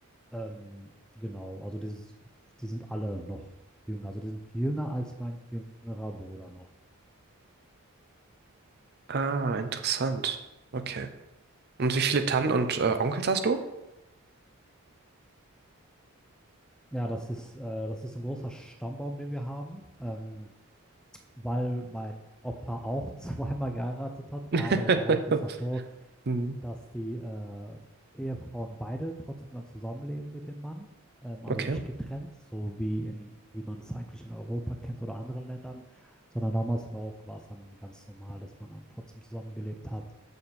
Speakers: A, in the centre; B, on the right.
A: ähm, genau, also die, die sind alle noch jünger. Also die sind jünger als mein jüngerer Bruder noch.
B: Ah, interessant. Okay. Und wie viele Tanten und äh, Onkels hast du?
A: Ja, das ist, äh, das ist ein großer Stammbaum, den wir haben, ähm, weil mein Opa auch <laughs> zweimal geheiratet hat,
B: <laughs>
A: aber in Marokko ist das so,
B: Hm,
A: dass die äh, Ehefrauen beide trotzdem dann zusammenleben mit dem Mann, ähm, also
B: Okay.
A: nicht getrennt, so wie in, wie man es eigentlich in Europa kennt oder anderen Ländern, sondern damals in Marokko war es dann ganz normal, dass man dann trotzdem zusammengelebt hat.